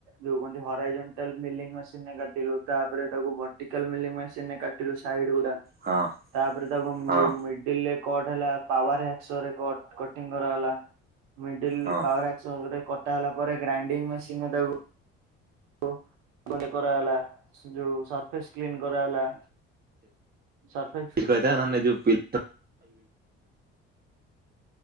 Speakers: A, on the right (about 75°); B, on the right (about 30°).
A: ଯୋଉ କନ୍ତି ହରାଇଜେନ୍ଟାଲ ମିଲିଙ୍ଗ ମେସିନରେ କାଟିଲୁ। ତାପରେ ତାକୁ ଭର୍ଟିକାଲ ମଲିମେସିନ ରେ କାଟିଲୁ ସାଇଡ ଗୁଡା।
B: ହଁ
A: ତାପରେ ତାକୁ ମିଡିଲରେ
B: ହଁ
A: କଟ୍ ହେଲା ପାୱାର ହେକ୍କସ ରେ କଟ୍ କରହଲା। ମିଡିଲ
B: ହଁ
A: ପାୱାରହେକ୍ସ ରେ କଟା ହେଲା ପରେ ଗ୍ରାଇଡିଙ୍ଗ ମେସିନ ରେ ତାକୁ ଓ ମାନେ କରାହେଲା ଯୋଉ ସରଫେସ କ୍ଲିନ କରାହଲା। ସରଫେସ
B: ଛୁଆଟା ନା ଏଇ ଯୋଉ ପିଲା